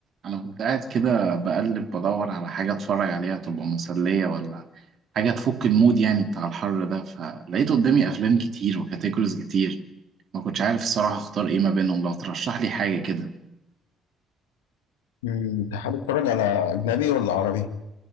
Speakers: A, on the right; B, on the left.
A: انا كنت قاعد كده بقلب بدور على حاجه اتفرج عليها تبقى مسليه ولا حاجه تفك المود يعني بتاع الحر ده فلقيت قدامي افلام كتير وكاتيجوريز كتير ما كنتش عارف الصراحه اختار ايه ما بينهم لو ترشح لي حاجه كده
B: مم، انت حابب تتفرج على اجنبي ولا عربي